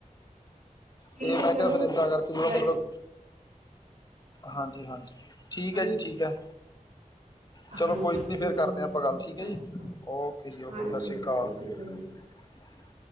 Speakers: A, on the right; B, on the left.
A: ਠੀਕ
B: ਤੇ
A: ਹੈ
B: ਮੈਂ
A: ਚਲੋ
B: ਕਿਹਾ ਫਿਰ ਇਏਦਾਂ ਕਰਕੇ ਜਦੋਂ
A: ਮੈਂ
B: ਮਤਲਬ ਹਾਂਜੀ ਹਾਂਜੀ ਠੀਕ
A: ਹਾਂਜੀ
B: ਹੈ ਜੀ ਠੀਕ ਹੈ ਚਲੋ
A: ਹਾਂਜੀ
B: ਕੋਈ
A: ਹਾਂਜੀ
B: ਨਹੀਂੀ
A: ਬਿਲਕੁਲ
B: ਫੇਿਰ ਕਰਦੇ
A: ਬਿਲਕੁਲ
B: ਹਾਂ ਆਪਾਂ ਗੱਲ ਠੀਕ
A: ਸਤਿ
B: ਹੈ ਜੀ
A: ਸ਼੍ਰੀ ਅਕਾਲ
B: ਓਕੇ ਜੀ ਓਕੇ
A: ਹਾਂਜੀ
B: ਸਤਿ
A: ਹਾਂਜੀ
B: ਸ਼੍ਰੀ ਅਕਾਲ <unintelligible>
A: ਅਕਾਲ